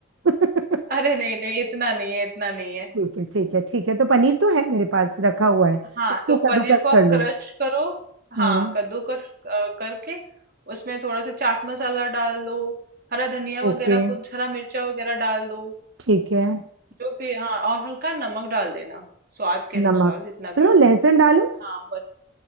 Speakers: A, on the right (about 75°); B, on the right (about 45°).
A: <laughs>
B: <laughs> अरे नहीं नहीं इतना नहीं है इतना नहीं है
A: ठीक है ठीक है ठीक है तो पनीर तो है मेरे पास रखा हुआ है
B: हाँ
A: उसको
B: तो
A: कद्दूकस
B: पनीर को आप
A: कर लो
B: क्रश करो हाँ
A: हम्म
B: कद्दूकस अ, करके उसमें थोड़ा सा चाट मसाला डाल दो हरा धनिया
A: ओके
B: वगैरह कुछ हरा मिर्चा वगैरह डाल दो
A: ठीक है
B: जो भी हाँ और हल्का नमक डाल देना स्वाद के अनुसार
A: नमक
B: जितना
A: चलो
B: भी हो
A: लहसुन डालो
B: हाँ वन